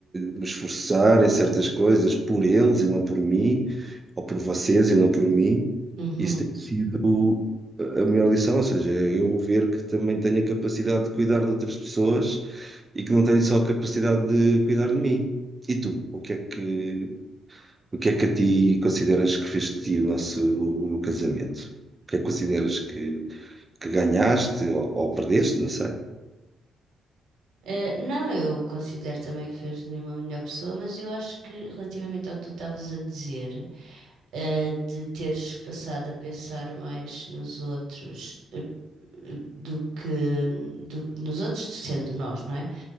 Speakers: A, on the right (about 20°); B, on the right (about 85°).
A: me esforçar em certas coisas por eles e não por mim, ou por vocês e não por mim.
B: Uhum.
A: Isso tem sido a a minha lição, ou seja, eu ver que também tenho a capacidade de cuidar de outras pessoas e que não tenho só a capacidade de cuidar de mim. E tu, o que é que, o que é que a ti consideras que fez de ti o nosso o casamento? O que é que consideras que, que ganhaste ou, ou perdeste, não sei?
B: Eh, não, eu considero também que fez de mim uma melhor pessoa, mas eu acho que relativamente ao que tu estavas a dizer, eh, de teres passado a pensar mais nos outros eh, eh, do que do- nos outros sendo nós, não é?